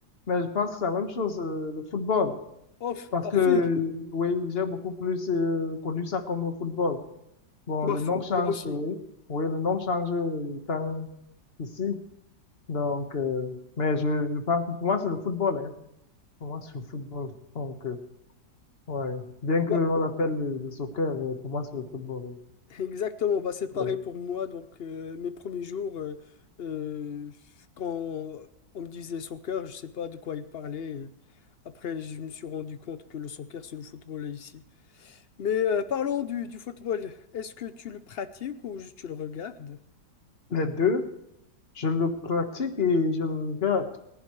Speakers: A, on the left; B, on the left.
A: Mais je pense que c'est la même chose, euh, le football.
B: Oh,
A: Parce
B: parfait.
A: que, euh, oui, j'ai beaucoup plus euh, connu ça comme le football. Bon,
B: Bof,
A: le nom change,
B: moi aussi.
A: oui. Oui, le nom change euh, quand ici. Donc, euh, mais je, je pense, que pour moi, c'est le football, hein. Pour moi, c'est le football. Donc, euh, ouais. Bien qu'on
B: Moi,
A: l'appelle le, le soccer, mais pour moi, c'est le football.
B: exactement, bah, c'est pareil
A: ouais. Ouais.
B: pour moi. Donc, euh, mes premiers jours, euh, euh, quand on me disait soccer, je sais pas de quoi il parlait. Après, je me suis rendu compte que le soccer, c'est le football ici. Mais euh, parlons du, du football. Est-ce que tu le pratiques ou juste tu le regardes?
A: Les deux. Je le pratique et je le regarde